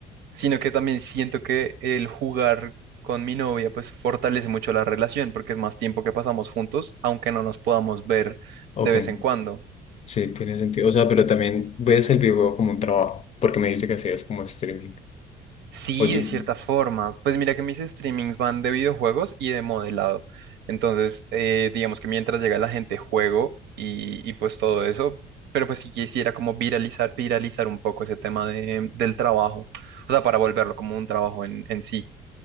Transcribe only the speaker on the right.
Sino que también siento que el jugar con mi novia, pues fortalece mucho la relación porque es más tiempo que pasamos juntos, aunque no nos podamos ver
de vez en cuando.
Sí,
de cierta forma. Pues mira que mis streamings van de videojuegos y de modelado. Entonces, eh, digamos que mientras llega la gente, juego y, y pues todo eso. Pero pues si quisiera como viralizar, viralizar un poco ese tema de- del trabajo. O sea, para volverlo como un trabajo en, en sí.